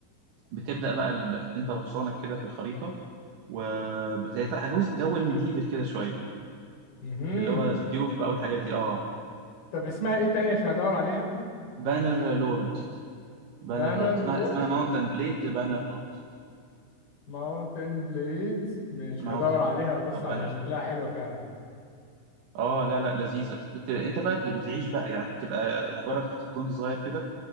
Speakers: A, on the right; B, on the left.
A: بتبدأ بقى ال- بح- انت بحصانك كده في الخريطة وبتاع جزء جو الميديفل كده شوية
B: مهم.
A: اللي هو السيوف بقى والحاجات دي اه
B: طب اسمها ايه تاني عشان ادور عليها
A: وبانر لورد بانر
B: بانر
A: لورد اسمها
B: لور
A: اسمها ماونتن بليد بانر لورد
B: ماونتن بليدز مش
A: ماونتن
B: هدور عليها
A: بليد
B: بص
A: اه
B: عليها
A: بانر
B: شكلها
A: لورد
B: حلوة فعلا
A: اه لا لا لذيذة بت... انت بقى بت- بتعيش بقى يعني بتبقى مجرد حتة جندي صغير كده